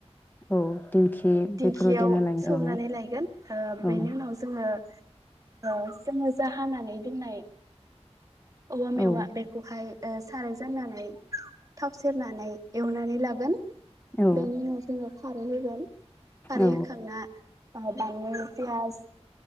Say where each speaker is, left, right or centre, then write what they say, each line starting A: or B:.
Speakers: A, on the left (about 15°); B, on the right (about 30°).
A: औ दिंखि
B: दिंखियाव
A: बेफोराव देना लायो
B: सौनानै लायगोन अ
A: औ
B: बेनि उनाव जोङो औ जोङो जा हानानै दोननाय औवा मेवा
A: औ
B: बेखौहाय ओ साराय जाननानै थाव सेरनानै एवनानै लागोन।
A: औ
B: बेनि उनाव जोङो खारै होगोन। खारैहोखांना
A: औ
B: बानलु, फियास,